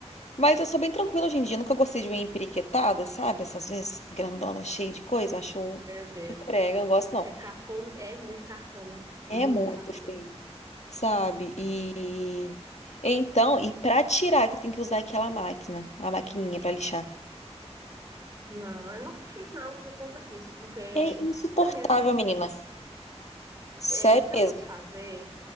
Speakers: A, on the left; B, on the right.
A: Mas eu sou bem tranquila hoje em dia. Eu Nunca gostei de unha empiriquetada, sabe? Essas unhas grandonas, cheias de coisa. Acho
B: Meu Deus.
A: muito brega, eu não gosto não.
B: É cafona, é muito cafona,
A: É
B: muito
A: muito
B: cafona.
A: feio, sabe? E então, e pra tirar, que tem que usar aquela máquina, a maquininha pra lixar.
B: Não, eu não fiz não por conta disso, porque
A: É insuportável,
B: primeiro,
A: menina. Sério
B: é, se eu
A: mesmo.
B: fosse fazer